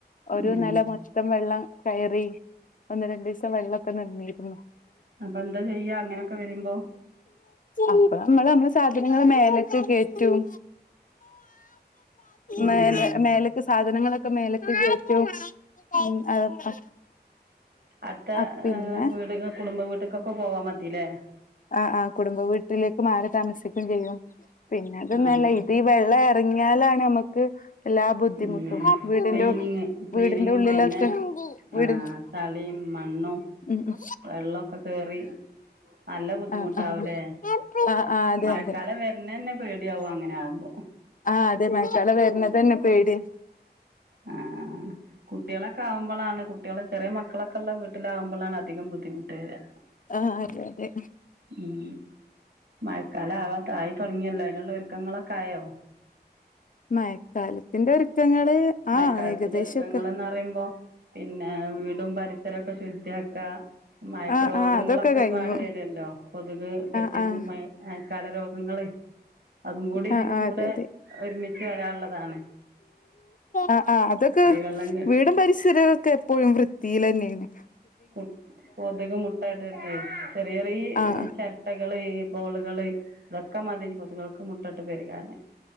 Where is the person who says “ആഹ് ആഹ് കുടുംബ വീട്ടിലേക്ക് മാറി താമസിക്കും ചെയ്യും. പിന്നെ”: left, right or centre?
Left